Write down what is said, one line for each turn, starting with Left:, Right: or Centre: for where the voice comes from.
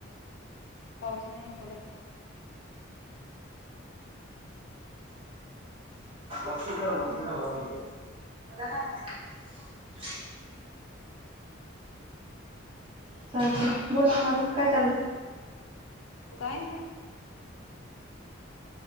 Left: पाऊस नाही ना कठच
Right: मा.
Left: काही आवाज येकु येत नाही.
Right: चालत बोला अजून काय चालल.
Left: काय ना.